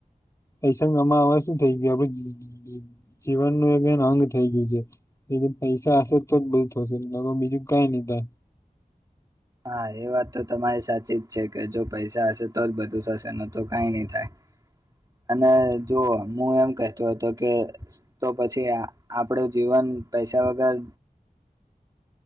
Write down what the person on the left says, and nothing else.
એ સમય માં હવે શું થઈ ગયું આપડે જ જ. જીવનનું એ <unintelligible> અંગ થઇ ગયું છે. એજ પૈસા હશે તો જ બધુ થશે નિતો બીજું કાઈ ની થાય.